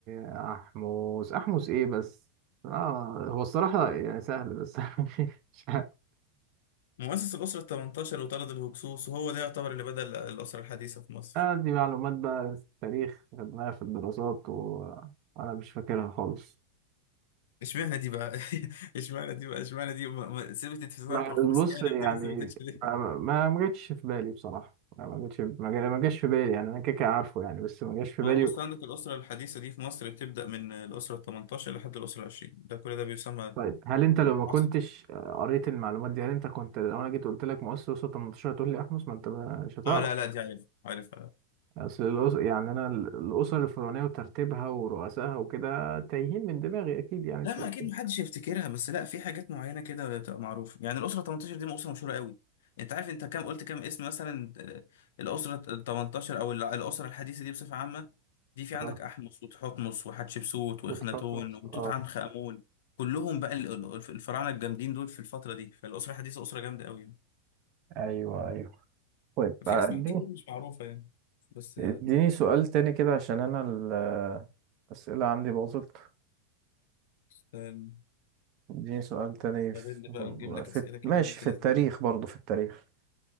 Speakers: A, on the right; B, on the left.
A: أحمس أحمس إيه بس آه هو الصراحة يعني سهل بس <laughs> مش عارف
B: مؤسس الأسرة ال 18 وطرد الهكسوس وهو ده يعتبر اللي بدأ ال- الأسرة الحديثة في مصر
A: آه دي معلومات بقى في التاريخ خدناها في الدراسات و- وأنا مش فاكرها خالص
B: اشمعنى دي بقى <laughs> اشمعنى دي بقى اشمعنى دي ما- ما- ثبتت في سنة
A: ما
B: أغسطسيانة
A: بص يعني
B: دي ما ثبتتش ليه
A: ما ما ما جاتش في بالي بصراحة ما جاتش ما جا- ما جاش في بالي يعني أنا كده كده عارفه يعني بس ما جاش في
B: ما
A: بالي
B: هو بص عندك الأسرة الحديثة دي في مصر بتبدأ من الأسرة ال 18 لحد الأسرة ال 20 ده كل ده بيسمى
A: طيب هل أنت لو
B: العصر
A: ما كنتش آه، قريت المعلومات دي هل أنت كنت لو أنا جيت قلت لك مؤسس وسط 18 تقول لي أحمس ما أنت مش هتعرف
B: اه لا لا دي عارف عارف
A: اصل الأس... يعني انا ال- الاسر الفرعونيه وترتيبها ورؤسائها وكده تايهين من دماغي اكيد يعني الترتيب
B: لا ما اكيد محدش يفتكرها بس لا في حاجات معينه كده بتبقى معروفه يعني الاسره 18 دي اسره مشهوره قوي انت عارف انت كام قلت كام اسم مثلا آه، الاسره ال 18 او ال- الاسره الحديثه دي بصفه عامه دي في عندك
A: اه
B: احمس وتحتمس وحتشبسوت واخناتون
A: وتحط نص
B: وتوت
A: اه
B: عنخ امون كلهم بقى ال- ال- الفراعنه الجامدين دول في الفتره دي فالاسره الحديثه اسره جامده قوي يعني
A: ايوه ايوه طيب
B: في
A: آه،
B: اسماء
A: اديني
B: كتير مش معروفه يعني بس
A: اديني
B: آه،
A: سؤال تاني كده عشان انا ال- الاسئله عندي باظت
B: استنى،
A: اديني سؤال تاني في,
B: نستغل بقى نجيب لك
A: في
B: اسئله كده
A: ماشي
B: بنت
A: في
B: لذينه
A: التاريخ برضو في التاريخ